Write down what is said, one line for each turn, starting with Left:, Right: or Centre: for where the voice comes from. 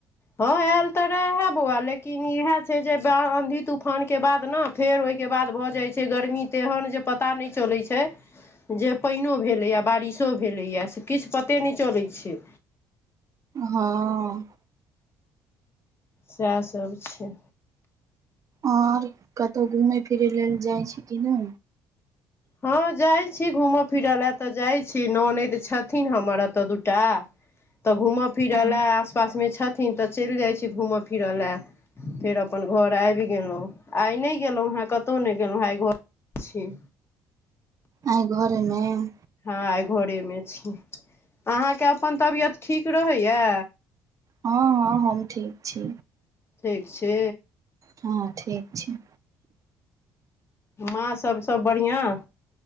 Left: हँ आयल तऽ रहे बौआ लेकिन इएह छै जे आँधी तूफानके बाद ने फेर ओहिके बाद भऽ जाइ छै गर्मी तेहन जे पता नहि चलै छै। जे पानिओ भेलैए बारिशो भेलैए से किछु पते नहि चलैत छै।
Right: हँ
Left: सएह सब छै।
Right: आऔर कतहु घूमय फिरय लेल जाइ छी किी न।
Left: हँ जाइ छी घूमय फिरऽ लए तऽ जाइ छी नान तऽ छथिन हमर एतऽ दूटा तऽ घूमय फिरय
Right: हँ,
Left: ल आस पास मे छथिन तऽ चलि जाइ छी घूमिर। फिरऽ लए फेर अपन घर आबि गेलहुँ। आइ नहि गेलहुँ हेँ कतहु नहि गेलहुँ हेँ आइ घर छी।
Right: आइ घर एलौं।
Left: हँ आय घरेमे छी। अहाँके अपन तबियत ठीक रहैया?
Right: हँ हँ हम ठीक छी।
Left: ठीक छी।
Right: हँ ठीक छी।
Left: माँ सब सब बढ़िआँ?